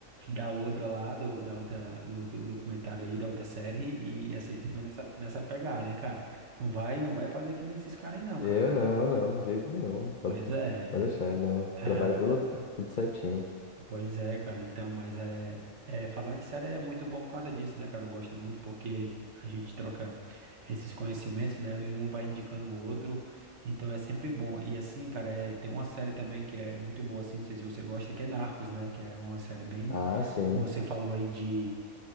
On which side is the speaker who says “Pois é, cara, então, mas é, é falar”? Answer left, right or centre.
Right